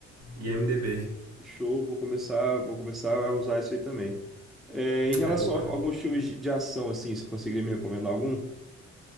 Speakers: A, on the right; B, in the centre.
A: IMDb
B: Show, vou começar, vou começar a usar isso aí também. É, em relação
A: é boa.
B: a alguns filmes de de ação, assim, você conseguiria me recomendar algum?